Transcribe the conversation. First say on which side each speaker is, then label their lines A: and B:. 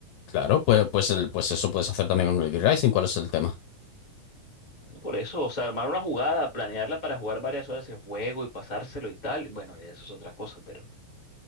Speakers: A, on the left; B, on the left.
A: Claro, pues, pues, el, pues eso puedes hacer también con el V-Rising. ¿Cuál es el tema?
B: Bueno, Por eso, o sea, armar una jugada, planearla para jugar varias horas el juego y pasárselo y tal, bueno, ya eso es otra cosa, pero,